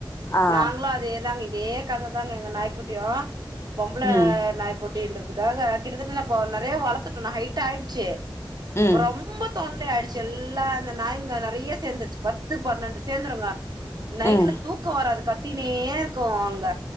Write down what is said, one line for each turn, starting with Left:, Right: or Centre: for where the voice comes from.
Left: ஆ
Right: நாங்ளு அது இதே தாங்க இதே கத தாங்க எங்க நாய்க்குட்டியு பொம்ள
Left: ம்
Right: நாய்குட்டி கொட்டின்றதுக்காக கிட்டத்தட்ட நறைய வளத்துட்டோ ஹைட் ஆயிடுச்சு
Left: ம்
Right: ரொம்ப தொல்லை ஆயிடுச்சு எல்லா அந்த நாய்ங்க நறைய சேந்துருச்சு பத்து பன்னெண்டு சேந்துருங்க நைட்ல
Left: ம்
Right: தூக்கோ வராது கத்தினே இருக்கு அங்க